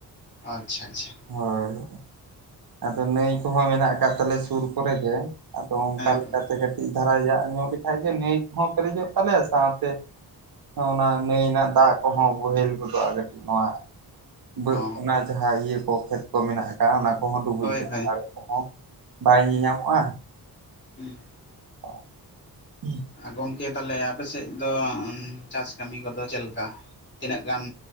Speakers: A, on the left; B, on the right.
A: ᱟᱪᱪᱷᱟ ᱟᱪᱪᱷᱟ ᱾
B: ᱦᱳᱭ᱾ ᱟᱫᱚ ᱱᱟᱹᱭ ᱠᱚᱦᱚᱸ ᱢᱮᱱᱟᱜ ᱟᱠᱟᱫ ᱛᱟᱞᱮᱭᱟ ᱥᱩᱨ ᱠᱚᱨᱮ ᱜᱮ, ᱟᱫᱚ ᱚᱝᱠᱟ ᱞᱮᱠᱟᱛᱮ
A: ᱦᱮᱸ
B: <unintelligible> <unintelligible> ᱫᱷᱟᱨᱟ <unintelligible> ᱞᱮᱠᱷᱟᱡ ᱜᱮ ᱱᱟᱹᱭ ᱠᱚᱦᱚ ᱯᱮᱨᱮᱡᱚᱜ ᱛᱟᱞᱮᱭᱟ ᱥᱟᱶᱛᱮ ᱚᱱᱟ ᱱᱟᱹᱭ ᱨᱮᱱᱟᱜ ᱫᱟᱜ ᱠᱚᱦᱚᱸ ᱵᱳᱦᱮᱞ ᱜᱚᱫᱚᱜ-ᱟ ᱠᱟᱹᱴᱤᱡ ᱱᱚᱣᱟ ᱵᱟᱹ
A: ᱚ
B: ᱚᱱᱟ ᱡᱟᱦᱟᱸ ᱤᱭᱟᱹ ᱠᱚ ᱠᱷᱮᱛ ᱠᱚ ᱢᱮᱱᱟᱜ ᱟᱠᱟᱜ-ᱟ ᱚᱱᱟ ᱠᱚᱦᱚᱸ ᱰᱩᱵᱩᱡ
A: ᱦᱳᱭ
B: <unintelligible>
A: ᱦᱳᱭ
B: ᱟᱲᱮ ᱠᱚᱦᱚᱸ ᱵᱟᱭ ᱧᱮᱧᱟᱢᱚᱜ-ᱟ᱾
A: ᱦᱩᱸ ᱦᱩᱸ
B: <inaudible>
A: ᱜᱚᱝᱠᱮ ᱛᱟᱞᱦᱮ ᱟᱯᱮᱥᱮᱫ ᱫᱚ ᱪᱟᱥ ᱠᱟᱹᱢᱤ ᱠᱚᱫᱚ ᱪᱮᱫ ᱞᱮᱠᱟ? ᱛᱤᱱᱟᱹᱜ ᱜᱟᱱ